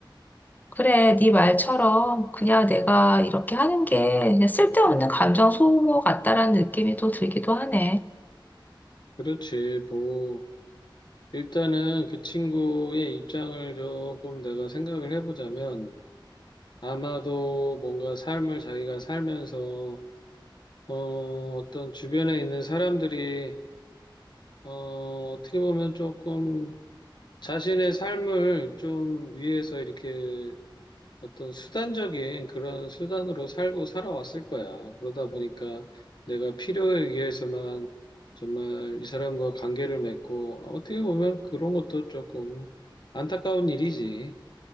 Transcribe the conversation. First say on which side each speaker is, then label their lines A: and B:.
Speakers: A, on the left (about 20°); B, on the left (about 60°).
A: 그래, 네 말처럼 그냥 내가 이렇게 하는 게 그냥 쓸데없는 감정 소모 같다라는 느낌이 또 들기도 하네.
B: 그렇지, 뭐. 일단은 그 친구의 입장을 조금 내가 생각을 해보자면 아마도 뭔가 삶을 자기가 살면서 어, 어떤 주변에 있는 사람들이 어, 어떻게 보면 조금 자신의 삶을 좀 위해서 이렇게 어떤 수단적인 그런 수단으로 살고 살아왔을 거야. 그러다 보니까 내가 필요에 의해서만 정말 이 사람과 관계를 맺고 어떻게 보면 그런 것도 조금 안타까운 일이지.